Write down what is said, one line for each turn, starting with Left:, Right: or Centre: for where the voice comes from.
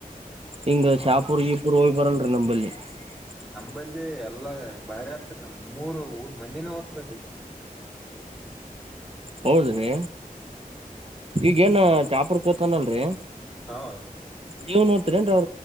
Right: ಹಿಂಗ
Centre: ಹ
Right: ಶಾಪೂರ್ ಜೀಪುರ್ ಹೋಗ್ ಬರಲ್ರರಿ ನಂಬಲ್ಲಿ <unintelligible>
Centre: ಬಲ್ಲಿ ಎಲ್ಲ ಬಾರಿ ಆತ್ರಿ ನಮ ಮೂರ್ ಊರ್ ಮಂದಿನ ಹತ್ರ
Right: ಹೌದ್ರಿ. ಈಗೇನ ಚಾಪುರ್ ಕೂತಾನಲ್ರಿ.
Centre: ಹಾ
Right: ನೀವು ನೋಡ್ತೀರ ಏನ್ರಿ ಅವ